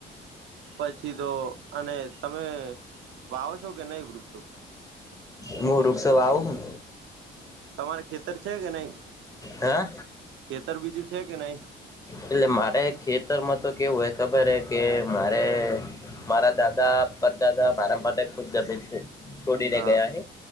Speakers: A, on the right; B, on the left.
A: પછી તો અને તમે વાવો છો કે નહી વૃક્ષો.
B: હું વૃક્ષો વાવું
A: તમારે ખેતર છે કે નહી
B: હા
A: ખેતર બીજું છે કે નહી.
B: એટલે મારે ખેતરમાં તો કેવું હોય ખબર હે કે મારે મારા દાદા પરદાદા મારા માટે ખુબ જમીન છોડીને
A: હા
B: ગયા હે.